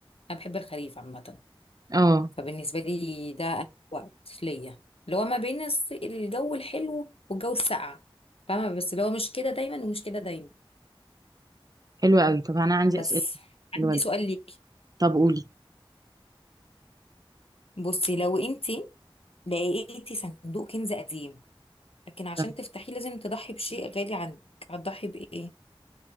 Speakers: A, on the left (about 85°); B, on the right (about 40°).
A: انا بحب الخريف عامه
B: اه
A: فبالنسبه لي ده أحلى وقت ليا اللي هو ما بين الص- الجو الحلو والجو الساقع فاهمه بس اللي هو مش كده دايما ومش كده دايما
B: حلو قوي طب انا عندي
A: بس
B: أسئلة حلوة
A: عندي
B: ليك.
A: سؤال ليكي
B: طب قولي
A: بصي لو انتي لقيتي صندوق كنز قديم لكن عشان
B: طب
A: تفتحيه لازم تضحي بشيء غالي عندك هتضحي بايه